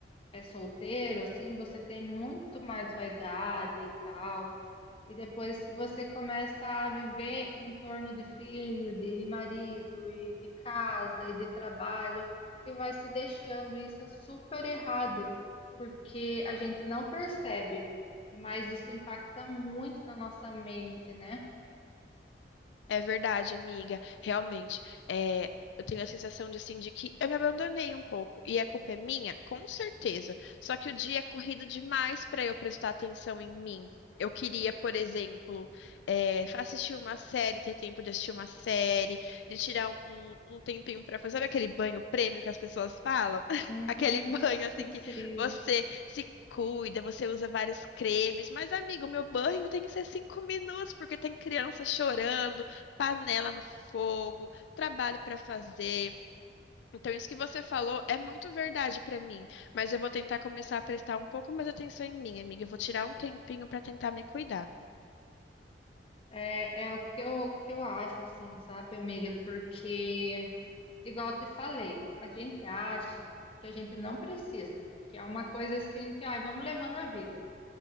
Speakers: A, on the left (about 35°); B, on the left (about 80°).
A: é solteiro, assim, você tem muito mais vaidade e tal. E depois você começa a viver em torno de filho, de marido, e de casa, e de trabalho, e vai se deixando. Isso é super errado, porque a gente não percebe, mas isso impacta muito na nossa mente, né?
B: É verdade, amiga. Realmente, é, eu tenho a sensação de, assim, de que eu me abandonei um pouco. E a culpa é minha? Com certeza. Só que o dia é corrido demais para eu prestar atenção em mim. Eu queria, por exemplo, é, assistir uma série, ter tempo de assistir uma série, de tirar um, um um tempinho para fazer. Sabe aquele banho prêmio que as pessoas falam? <laughs>
A: Uhum,
B: Aquele banho, assim, que
A: sim.
B: você se cuida, você usa vários cremes. Mas, amigo, meu banho tem que ser cinco minutos, porque tem criança chorando panela no fogo, trabalho para fazer. Então, isso que você falou é muito verdade para mim, mas eu vou tentar começar a prestar um pouco mais atenção em mim, amiga. Eu vou tirar um tempinho para tentar me cuidar.
A: É, é o que eu, o que eu acho, assim, sabe, amiga? Porque, igual eu te falei, a gente acha que a gente não precisa, que é uma coisa assim que, ai, vamos levando a vida.